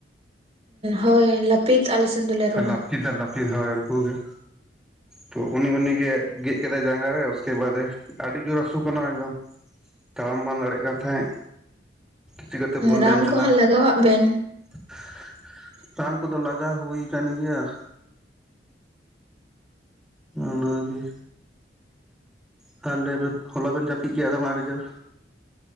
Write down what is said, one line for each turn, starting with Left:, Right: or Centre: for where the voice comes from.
Right: ᱦᱳᱭ, ᱞᱟ ᱯᱤᱛ ᱟᱞᱮ ᱥᱮᱱ ᱫᱚᱞᱮ ᱨᱚᱲᱟ
Centre: ᱞᱟᱹᱯᱤᱛᱟ ᱞᱟᱹᱯᱤᱛ ᱫᱚᱭ ᱩᱱᱠᱩ ᱜᱮ ᱛᱚ ᱩᱱᱤ ᱩᱱᱤ ᱜᱮ ᱾ ᱜᱮᱫ ᱠᱮᱫᱟᱭ ᱡᱟᱸᱜᱟ ᱨᱮ ᱩᱥᱠᱮ ᱵᱟᱫᱮ ᱟᱹᱰᱤ ᱡᱳᱨ ᱦᱟᱹᱥᱩ ᱠᱟᱱᱟ ᱮᱠᱫᱚᱢ ᱾ ᱛᱟᱲᱟᱢ ᱵᱟᱢ ᱫᱟᱲᱮᱭᱟᱜ ᱠᱟᱱ ᱛᱟᱦᱮᱸᱫ ᱪᱤᱠᱟᱹᱛᱮ ᱵᱚᱞ ᱮᱱᱮᱡ
Right: ᱨᱟᱱ
Centre: ᱮᱢ ᱪᱟᱞᱟᱜᱼᱟ
Right: ᱠᱚ ᱦᱟᱸᱜ ᱞᱟᱜᱟᱣᱟᱜ ᱵᱮᱱ
Centre: ᱾ ᱨᱟᱱ ᱠᱚᱫᱚ ᱞᱟᱜᱟ ᱦᱩᱭ ᱠᱟᱱ ᱜᱮᱭᱟ ᱾ ᱚᱱᱟᱜᱮ ᱛᱟᱦᱚᱞᱮ ᱵᱮᱱ ᱦᱚᱞᱟ ᱵᱮᱱ ᱡᱟᱹᱯᱤᱫ ᱠᱮᱫ ᱟᱫ ᱢᱟ ᱟᱹᱰᱤ ᱡᱟᱞ